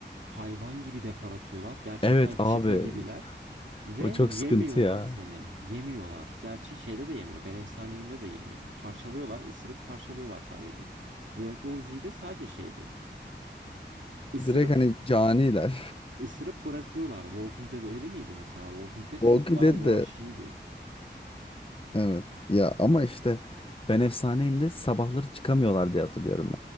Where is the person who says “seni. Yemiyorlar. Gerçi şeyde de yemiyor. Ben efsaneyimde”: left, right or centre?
Right